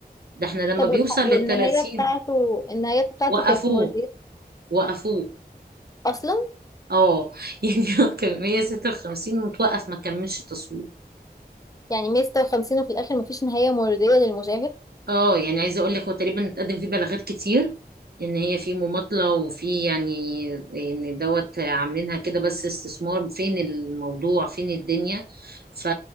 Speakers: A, on the right; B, on the left.
A: ده احنا لما
B: طب
A: بيوصل
B: والح-
A: للتلاتين
B: والنهاية بتاعته النهاية بتاعته
A: وقفوه
B: كانت مرضية
A: وقفوه
B: اصلا
A: اه <laughs> يعني هو كان 156 متوقف ما كملش التصوير
B: يعني 156 وفي الاخر مفيش نهاية مرضية للمشاهد
A: اه يعني عايزة اقول لك هو تقريبا اتقدم فيه بلاغات كتير ان هي في مماطلة وفي يعني ان دوت عاملينها كده بس استثمار فين الموضوع فين الدنيا ف